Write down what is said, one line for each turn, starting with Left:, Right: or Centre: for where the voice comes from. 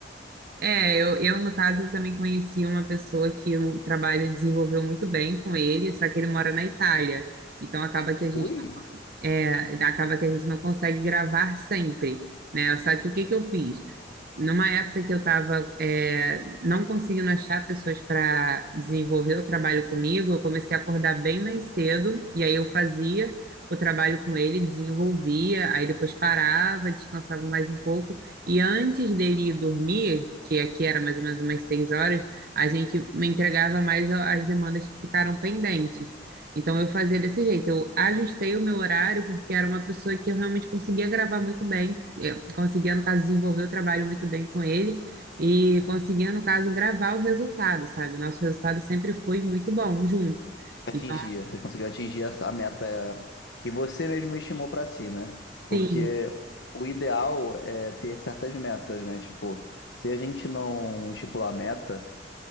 Right: É, eu, eu, no caso, eu também conheci uma pessoa que o trabalho desenvolveu muito bem com ele, só que ele mora na Itália. Então, acaba que a gente
Left: <laughs> Ui,
Right: é, acaba que a gente não consegue gravar sempre, né? Só que o que que eu fiz? Numa época que eu estava não conseguindo achar pessoas para desenvolver o trabalho comigo, eu comecei a acordar bem mais cedo, e aí eu fazia o trabalho com ele, desenvolvia, aí depois parava, descansava mais um pouco, e antes dele ir dormir, que aqui era mais ou menos umas seis horas, a gente me entregava mais a- as demandas que ficaram pendentes. Então eu fazia desse jeito, eu ajustei o meu horário porque era uma pessoa que eu realmente conseguia gravar muito bem, eu conseguia, no caso, desenvolver o trabalho muito bem com ele e conseguia, no caso, gravar o resultado, sabe? O nosso resultado sempre foi muito bom junto.
Left: atingir,
Right: Então,
Left: vocês conseguiram atingir essa- a meta que você mesmo estimou para si, né? Porque
Right: sim,
Left: o ideal é ter certas metas, né? Tipo, se a gente não estipular meta,